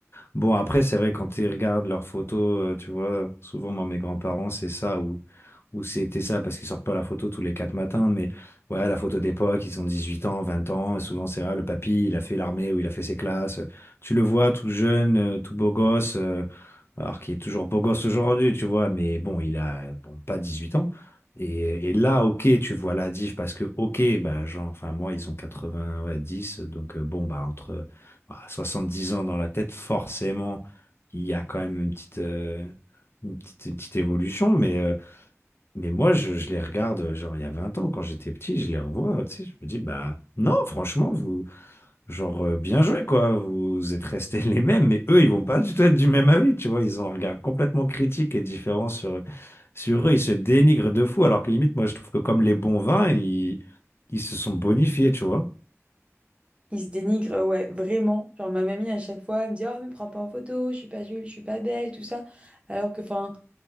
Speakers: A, on the left; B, on the right.
A: Bon, après, c'est vrai, quand ils regardent leurs photos, euh, tu vois, souvent, moi, mes grands-parents, c'est ça, ou, ou c'était ça, parce qu'ils sortent pas la photo tous les quatre matins, mais ouais, la photo d'époque, ils ont 18 ans, 20 ans, et souvent, c'est là, le papy, il a fait l'armée ou il a fait ses classes. Tu le vois tout jeune, euh, tout beau gosse, euh, alors qu'il est toujours beau gosse aujourd'hui, tu vois, mais bon, il a, euh, bon, pas 18 ans. Et, et là, ok, tu vois la diff, parce que, ok, bah, genre, enfin, moi, ils ont quatre-vingt ouais dix donc, euh, bon, bah, entre. Ah, 70 ans dans la tête, forcément, il y a quand même une petite, euh, une petite, une petite évolution. Mais, euh, mais moi, je, je les regarde, euh, genre, il y a 20 ans, quand j'étais petit, je les revois, tu sais, je me dis, bah, non, franchement, vous, genre, euh, bien joué, quoi. Vous êtes restés <laughs> les mêmes, mais eux, ils vont pas du tout être du même avis, tu vois. Ils ont un regard complètement critique et différent sur, sur eux. Ils se dénigrent de fou, alors que limite, moi, je trouve que comme les bons vins, ils, ils se sont bonifiés, tu vois.
B: Ils se dénigrent, euh, ouais, vraiment. Genre, ma mamie, à chaque fois, elle me dit, Oh, me prends pas en photo, je suis pas jolie, je suis pas belle, tout ça. Alors que, enfin,